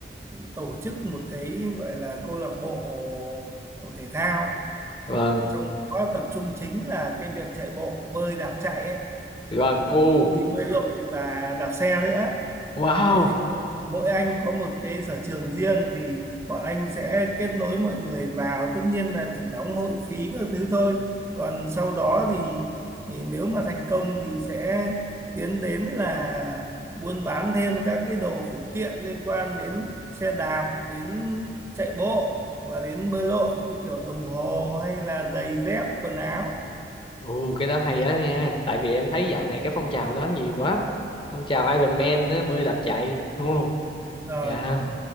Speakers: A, on the right; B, on the left.
A: định tổ chức một cái gọi là câu lạc bộ thể thao
B: vâng
A: trong đó tập trung chính là cái việc chạy bộ, bơi, đạp chạy ấy,
B: vâng u
A: ừ, bơi, bơi lội và đạp xe nữa.
B: Wow.
A: Đấy, mỗi anh có một cái sở trường riêng thì bọn anh sẽ kết nối mọi người vào tất nhiên là chỉ đóng hội phí các thứ thôi còn sau đó thì, thì nếu mà thành công thì sẽ tiến đến là buôn bán thêm các cái đồ phụ kiện liên quan đến xe đạp đến chạy bộ và đến bơi lội như kiểu đồng hồ hay là giày dép quần áo
B: Ồ, cái đó hay đó nha. Tại vì em thấy
A: ừ,
B: dạo này cái phong trào đó nhiều quá. Phong trào Iron Man á, bơi đạp chạy. Ồ,
A: ừ, đúng rồi
B: dạ.